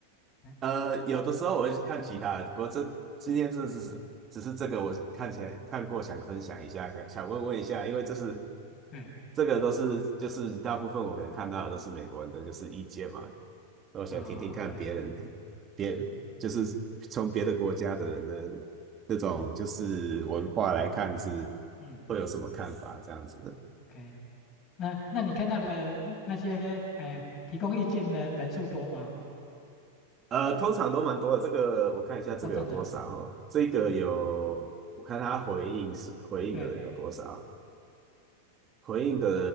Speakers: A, on the left; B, on the right.
A: 嗯
B: 呃，有的时候我会去看其他的，不过这今天这只是只是这个我看起来看过，想分享一下，想想问问一下，
A: 嗯，
B: 因为这是
A: 对，
B: 这个都是就是大部分我可能看到的都是美国人的就是意见嘛，那我想听听看别人别就是从别的国家的人的
A: 哦，OK OK，是，
B: 那种就是文化来看是
A: 嗯
B: 会有什么看法这样子的。
A: ，OK。那那你看到的那些，哎、提供意见的人数多吗？
B: 呃，通常都蛮多的。这个我看一下，这个有多少哦？
A: 哦，这样子啊。
B: 这个有，
A: 嗯，
B: 我看他回应是回应的人有多少。
A: 对，
B: 回应的